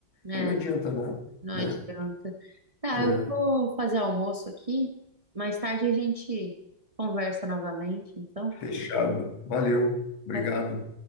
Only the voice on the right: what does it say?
É,
não
adianta. Tá,
eu vou fazer almoço aqui. Mais tarde a gente conversa novamente, então.
Tchau,